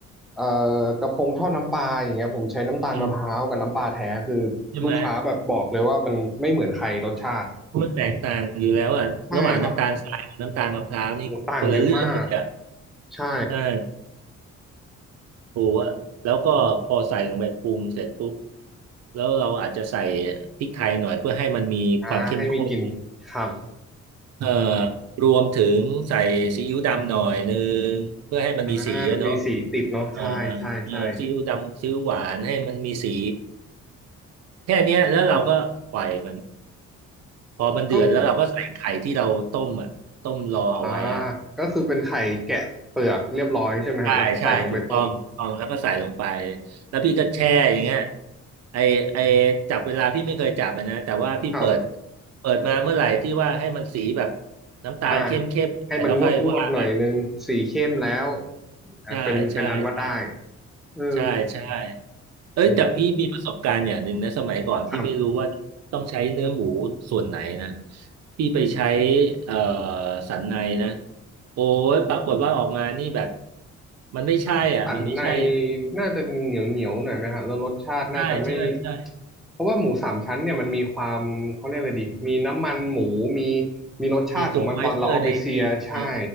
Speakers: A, in the centre; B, on the right (about 55°).
A: เอ่อกระพงทอดน้ำปลาอย่างเงี้ยผมใช้น้ำตาลมะพร้าวกับน้ำปลาแท้คือลูกค้าแบบบอกเลยว่ามันไม่เหมือนใครรสชาติ
B: อืมใช่ไหมามันแตกต่างอยู่แล้วอ่ะระหว่างน้ำตาลทรายกับน้ำตาลมะพร้าวนี่คนละเรื่องเลยอ่ะ
A: ใช่ครับโหูต่างเยอะมากใช่
B: ใช่ ปูอะแล้วก็พอใส่ลงไปปรุงเสร็จปุ๊บแล้วเราอาจจะใส่พริกไทยหน่อยเพื่อให้มันมีความเข้มข้น
A: อ่าให้มีกลิ่นครับ
B: เอ่อรวมถึงใส่ซีอิ๊วดำหน่อยนึงเพื่อให้มันมีสีอะเนาะ
A: อ่ามีสีติดเนาะใช่ใช่ใช่
B: เอ่อเอ่อซีอิ๊วดำซีอิ๊วหวานให้มันมีสีแค่เนี้ยแล้วเราก็ปล่อยมันพอมันเดือดแล้วเราก็ใส่ไข่ที่เราต้มอ่ะต้มรอเอาไว้อ่ะ
A: แล้วอ่าก็คือเป็นไข่แกะเปลือกเรียบร้อยใช่ไหมฮะแล้วก็ใส่ลงไปต้ม
B: ใช่ใช่ถูกต้องถูกต้องแล้วก็ใส่ลงไปแล้วพี่ก็แช่อย่างเงี้ยไอไอจับเวลาพี่ไม่เคยจับอะนะแต่ว่าพี่เปิด
A: ครับ
B: เปิดมาเมื่อไหร่ที่ว่าให้มันสีแบบน้ำตาลเข้มเข้มหน่อยแล้วค่อยว่ากัน
A: อ่าให้มันงวดงวดหน่อยนึงสีเข้มแล้วอ่ะเป็นเป็นอันว่าได้
B: ใช่ใช่ใช่
A: เออ
B: ใช่ใช่เอ้ยแต่พี่มีประสบการณ์อย่างหนึ่งนะสมัยก่อนพี่ไม่รู้ว่าต้องใช้เนื้อหมูส่วนไหนนะ
A: โหครับ
B: พี่ไปใช้เอ่อสันในนะโอ้ยปรากฏว่าออกมานี่แบบมันไม่ใช่อ่ะมันไม่ใช่
A: ถ้าสันในน่าจะเหนียวเหนียวหน่อยไหมฮะแล้วรสชาติน่าจะไม่
B: ใช่ใช่ใช่
A: เพราะว่าหมูสามชั้นเนี่ยมันมีความเขาเรียกอะไรดีมีน้ำมันหมูมีมีรสชาติของมันตอนเราเอาไปเซียใช่
B: มีตัวมอยเจอร์ในในใน